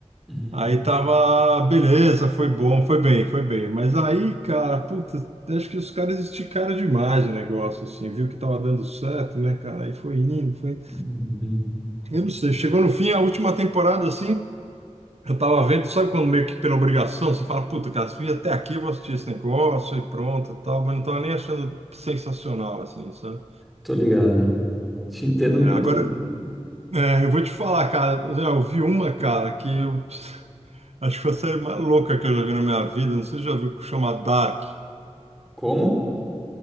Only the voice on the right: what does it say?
Aí tava, beleza, foi bom, foi bem, foi bem. Mas aí, cara, puta, acho que os caras esticaram demais o negócio, assim, viu que tava dando certo, né, cara? Aí foi indo, foi. indo.
Eu não sei, chegou no fim, a última temporada, assim, eu tava vendo, sabe quando meio que pela obrigação, você fala, puta, cara, se vim até aqui, eu vou assistir esse negócio e pronto, tal, mas não tava nem achando sensacional, assim, sabe?
É,
Agora, é, eu vou te falar, cara, eu vi uma, cara, que eu <laughs> acho que foi a série mais louca que eu já vi na minha vida, não sei se você já viu, que chama Dark.